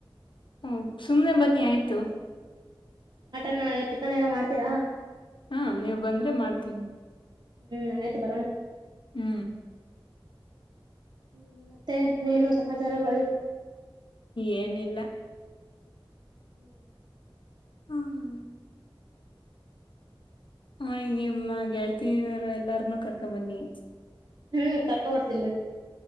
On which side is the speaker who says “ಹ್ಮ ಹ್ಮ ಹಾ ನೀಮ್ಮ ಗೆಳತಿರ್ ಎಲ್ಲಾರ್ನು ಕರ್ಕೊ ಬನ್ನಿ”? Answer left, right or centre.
Left